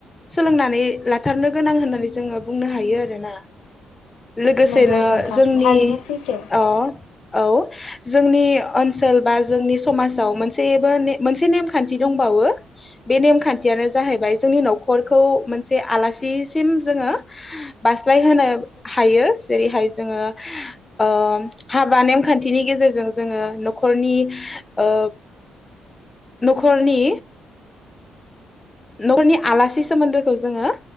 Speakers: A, on the left; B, on the left.
A: सोलोंनानै लाथारनो गोनां होननानै जोङो बुंनो हायो आरोना लोगोसेनो
B: नंगौ नोंथां
A: जों जोंनि
B: थारैनो सैथो
A: अ औ। जोंनि ओनसोल बा जोंनि समाजाव मोनसेबो मोनसे नेमखान्थि दंबावो बे नेमखान्थियानो जाहैबाय जोंनि न'खरखौ मोनसे आलासिसिम जोङो बास्लायहोनो हायो जेरैहाय जोङो ओ हाबा नेमखान्थिनि गेजेरजों जोङो न'खरनि ओ न'खरनि न'खरनि आलासि सोमोन्दोखौ जोङो